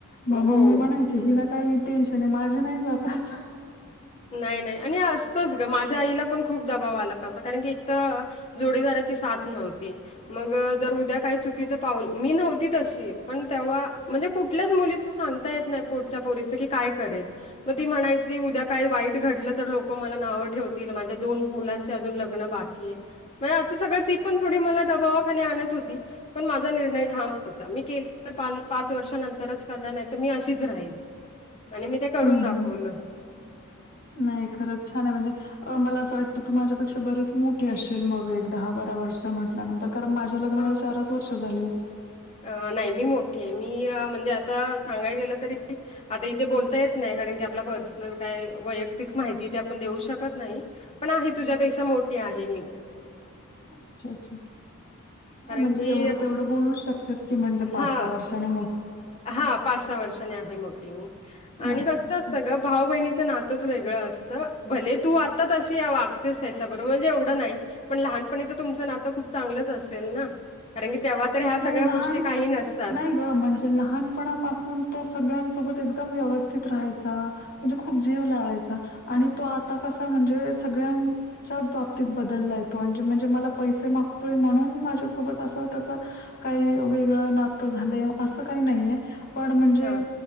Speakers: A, on the left (about 40°); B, on the left (about 25°).
A: म
B: हो
A: मम्मी म्हणायची हिला काही टेन्शन आहे माझे नाही जातच आता....
B: नाही नाही आणि असतंच ग माझ्या आईला पण खूप दबाव आला होता कारण की एक तर.... जोडीदाराची साथ नव्हती... मग जर उद्या काय चुकीच पाऊल मी नव्हती तशी पण तेव्हा म्हणजे कुठल्याच मुलीच सांग... सांगता येत नाही पोटच्या पोरीचं ती काय करेल ती म्हणायची उद्या.... काही वाईट घडलं तर लोक मला नावं ठेवतील माझ्या दोन मुलांचे अजून लग्न बाकी आहे... म्हण असं सगळं ती पण थोडी मला दबावाखाली आणत होती.... पण माझा निर्णय ठाम होता मी के तर पाच वर्षंतरच करणार नाही तर मी अशीच राहील.... आणि मी ते करून
A: हम्म
B: दाखवलं....
A: हम्म नाही खरंच छान आहे म्हणजे.... मला असं वाटतं तू माझ्यापेक्षा बरीच मोठी असशल मग एक दहा बारा वर्ष म्हट.... नंतर कारण माझ्या लग्नाला
B: अ
A: चारच वर्ष झाले...
B: अ नाही मी मोठी आहे मी म्हणजे आता सांगाय गेलं तरी... आता इथे बोलता येत नाही कारण की आपला पर्सनल काय वैयक्तिक माहिती तेे आपण देऊ शकत नाही.... पण आहे तुझ्यापेक्षा मोठे आहे मी....
A: अच्छा अच्छा नाही
B: कारण
A: म्हणजे
B: की
A: एवढं तेवढं बोलू शकत.... तेच की म्हणजे
B: हा
A: पाचहा वर्षानी....
B: हा पाच सहा वर्षानी आहे मोठी मी आणि
A: अच्छा,
B: कस
A: अच्छा.
B: असतं ग... भाऊ बहिणीचं नातंच वेगळं असतं भले तू आता तशी वागतेस त्याच्याबरोबर म्हणजे एवढं नाही.... पण लहानपणी तर तुमचं नातं खूप चांगलंच असेल ना कारण की.... तेव्हा तर ह्या
A: नाही
B: सगळ्या
A: लहान
B: गोष्टी काही नसतात.....
A: नाही ग म्हणजे लहानपणापासून तो सगळ्यांसोबत एकदम व्यवस्थित राहायचा..... म्हणजे खूप जीव लावायचा..... आणि तो आता कसा म्हणजे सगळ्यांच्या बाबतीत बदलला येतो आणि म्हणजे मला पैसे मागतो... य म्हणून माझ्यासोबत असा.... काही वेगळं नातं झालं असं काही नाहीये पण म्हणजे....
B: हा